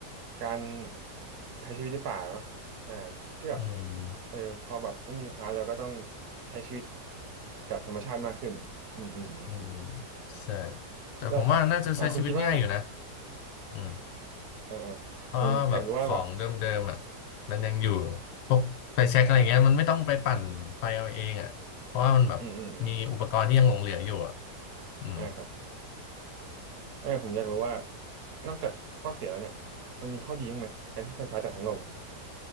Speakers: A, on the right; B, on the left.
A: การใช้ชีวิตในป่าเนาะอ่าที่แบบ
B: อืม
A: เออพอแบบไม่มีไฟฟ้าเราก็ต้องใช้ชีวิตกับธรรมชาติมากขึ้นอืมอืมอืมอืม
B: อืมใช่แต่ผมว่าน่าจะใช้ชีวิตง่ายอยู่นะ
A: แล้วอ่าคุณคิดว่า
B: อืม
A: อ่าอ่าผมอยากรู้ว่าแบบ
B: เพราะว่าแบบของเดิมๆอ่ะมันยังอยู่พวกไฟแช็กอะไรเงี้ยมันไม่ต้องไปปั่นไฟเอาเองอ่ะเพราะว่ามันแบบมีอุปกรณ์ที่ยังหลงเหลืออยู่อ่ะ
A: อืมอืมอืม
B: อืม
A: อ่าครับ เออผมอยากรู้ว่านอกจากข้อเสียแล้วเนี่ยมันมีข้อดีบ้างไหมการที่ไฟฟ้าจากทั้งโลกเนี่ย